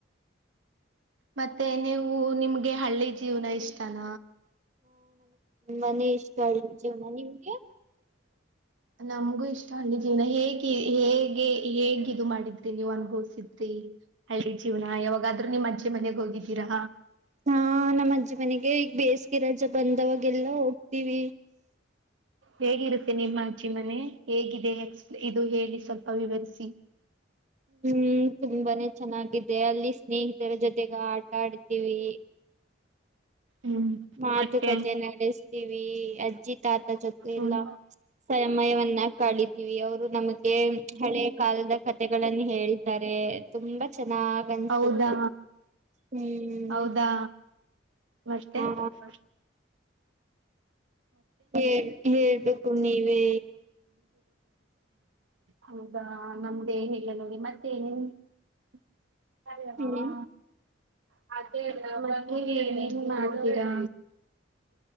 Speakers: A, on the right; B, on the right.
A: ಮತ್ತೆ ನೀವು ನಿಮ್ಗೆ ಹಳ್ಳಿ ಜೀವನ ಇಷ್ಟಾನ
B: ಮನೆ ಇಷ್ಟ <unintelligible> ನಿಮ್ಗೆ
A: ನಮಗೂ ಇಷ್ಟ ಹಳ್ಳಿ ಜೀವನ ಹೇಗೆ ಹೇಗೆ ಹೇಗ್ ಇದು ಮಾಡಿದ್ರಿ ನೀವ್ ಅನುಭವ್ಸಿದ್ರಿ ಹಳ್ಳಿ ಜೀವನ ಯಾವಾಗಾದ್ರೂ ನೀಮ್ ಅಜ್ಜೆ ಮನೆಾಗ ಹೋಗಿದ್ದೀರಾ
B: ಹಾ ನಮ್ಮ್ ಅಜ್ಜಿ ಮನೆಗೆ ಈಗ ಬೇಸಿಗೆ ರಜ ಬಂದವಾಗೆಲ್ಲ ಹೋಗ್ತೀವಿ
A: ಹೇಗಿರುತ್ತೆ ನಿಮ್ಮ ಅಜ್ಜಿ ಮನೆ ಹೇಗಿದೆ ಎಕ್ಸ್ಪ್ ಇದು ಹೇಳಿ ಸ್ವಲ್ಪ ವಿವರಿಸಿ
B: ಹ್ಮ್ ತುಂಬಾನೇ ಚೆನ್ನಾಗಿದೆ ಅಲ್ಲಿ ಸ್ನೇಹಿತರ ಜೊತೆಗೆ ಆಟ ಆಡ್ತೀವಿ
A: ಹ್ಮ್
B: ಮಾತುಕತೆ
A: ಅಷ್ಟೇ
B: ನಡೆ ಯಿವ್ವಿ ಅಜ್ಜಿತ್ ತಾತ ಜೊತೆ
A: ಹ್ಮ್
B: ಎಲ್ಲ ಸಮಯವನ್ನ ಕಳಿತೀವಿ ಅವರು ನಮಗೆ ಹಳೆಯ ಕಾಲದ ಕಥೆಗಳನ್ನ ಹೇಳಿದ್ದಾರೆ ತುಂಬಾ ಚೆನ್ನಾಗ್ ಅನ್ಸುತ್ತೆ
A: ಹೌದಾ
B: ಹ್ಮ್
A: ಹೌದಾ ಮತ್ತೆ
B: ಹಾ
A: ಹ
B: ಹೆ ಹೇಳ್ಬೇಕು ನೀವೇ.
A: ಹೌದಾ ನಮ್ದ ಏನಿಲ್ಲ ನೋಡಿ ಮತ್ತೆ <unintelligible> ಹೆಂಗಿದ್ದೀರಾ ಮಾವಾ.
B: ಹ್ಮ್
A: ಮತ್ತೆ ನೀವೇನ್ ಮಾಡ್ತೀರಾ